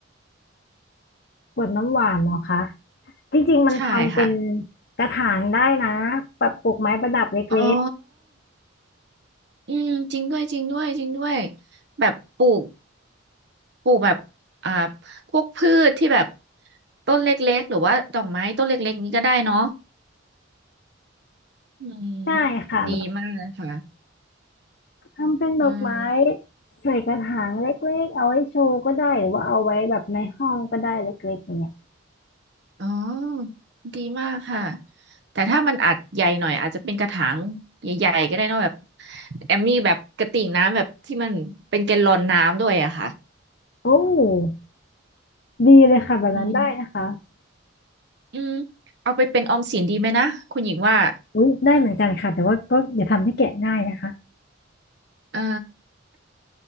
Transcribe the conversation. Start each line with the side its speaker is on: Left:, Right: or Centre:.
Left: ขวดน้ำหวานเหรอคะจริงๆมันทำเป็น
Right: ใช่ค่ะ
Left: กระถางได้นะแบบปลูกไม้ประดับเล็ก
Right: อ๋อ อืมจริงด้วยจริงด้วยจริงด้วยแบบปลูกปลูกแบบอ่าพวกพืชที่แบบต้นเล็กๆหรือว่าดอกไม้ต้นเล็กๆนี้ก็ได้เนาะอืม
Left: ๆได้ค่ะแบบ
Right: ดีมากเลยค่ะ
Left: ทำเป็นดอกไม้
Right: อืม
Left: ใส่กระถางเล็กๆเอาไว้โชว์ก็ได้หรือว่าเอาไว้แบบในห้องก็ได้เล็กๆอย่างเงี้ย
Right: อ๋อดีมากค่ะแต่ถ้ามันอาจใหญ่หน่อยอาจจะเป็นกระถางใหญ่ๆก็ได้เนอะแบบแอมมี่แบบกระติ่งน้ำแบบที่มันเป็นแกลลอนน้ำด้วยอะค่ะ
Left: โอ้ดีเลยค่ะแบบนั้นได้นะคะ
Right: อืมอืมเอาไปเป็นออมสินดีไหมนะคุณหญิงว่า
Left: อุ้ยได้เหมือนกันค่ะแต่ว่าก็อย่าทำให้แกะง่ายนะคะ
Right: เออ